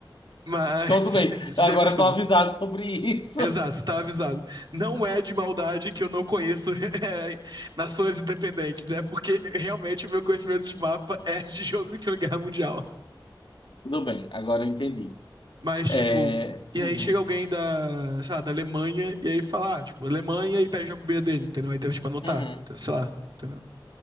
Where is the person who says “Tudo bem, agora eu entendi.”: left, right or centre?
Left